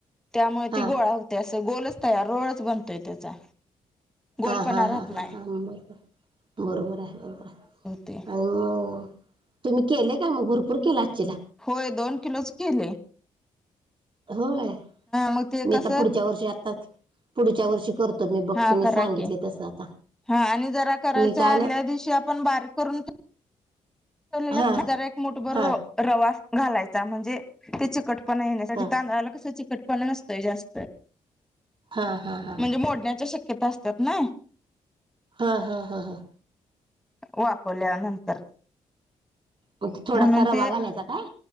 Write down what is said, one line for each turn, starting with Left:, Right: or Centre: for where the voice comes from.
Centre: त्यामुळे
Right: हा
Centre: ती गोळा होते अस गोलच त या रोडच बनतोय त्याचा गोलपणा
Right: हा हा
Centre: राहत
Right: हा हा
Centre: नाही
Right: हा बरोबर बरोबर आहे बरोबर आहे
Centre: ते
Right: आणि मग तुम्ही केले का मग भरपूर केला असचिला
Centre: होय दोन किलोच केलोय
Right: होय
Centre: मग ते
Right: मी
Centre: कसं
Right: आता पुढच्या वर्षी आता पुढच्या वर्षी करतो तर मी बघ
Centre: हा
Right: तुम्ही
Centre: करा
Right: सांगितले
Centre: की
Right: तसं आता
Centre: हा आणि जरा करायच्या
Right: मी काय
Centre: आदल्या
Right: नाही
Centre: दिवशी आपण बारीक करून ला
Right: हा
Centre: जरा एक मोठभर
Right: हा
Centre: रवा घालायचा म्हणजे त्याची चिकटपणा येण्यासाठी
Right: हा
Centre: तांदळाला कस चीकटपना नसतय जास्त
Right: हा हा हा
Centre: म्हणजे <unintelligible>
Right: हा हा हा हा
Centre: वापरल्यानंतर
Right: मग थोडासा
Centre: म्हणून
Right: रवा
Centre: ते
Right: घालायचा काय?